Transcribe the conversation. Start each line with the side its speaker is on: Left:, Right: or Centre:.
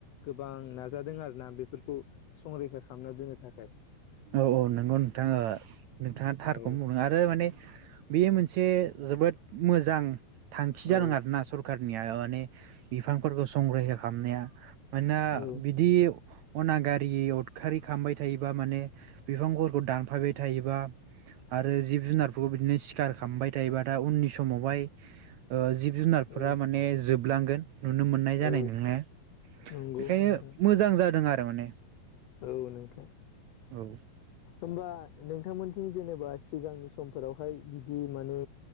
Left: गोबां नाजादों आरोना बेफोरखौ संरैखा खालामना दोननो थाखाय
Right: औ औ नोंगौ नोंथाङा नोंथाङा थारखौनो
Left: औ
Right: बुंदों आरो माने बेयो मोनसे जोबोद मोजां थांखि जादों
Left: औ
Right: आरोना सरखारनिया माने बिफांफोरखौ संरैखा खालामनाया मानोना
Left: औ
Right: बिदि अना गारि उदखारि खामबाय थायोबा माने बिफां फोरखौ दानफायबाय थायोबा आरो जिब जुनारफोरखौ बिदिनो सिखार खालामबाय थायोबा दा दा उननि समावहाय ओ जिब जुनारफोरा
Left: औ
Right: माने जोबलांगोन नुनो मोननाय जानाय
Left: औ
Right: नङा
Left: नंगौ
Right: बेखायनो
Left: नोंथां
Right: मोजां जादों आरो माने
Left: औ नोंथां
Right: औ
Left: होनबा नोंथांमोन जेनेबा सिगांनि समफोरावहाय बिदि माने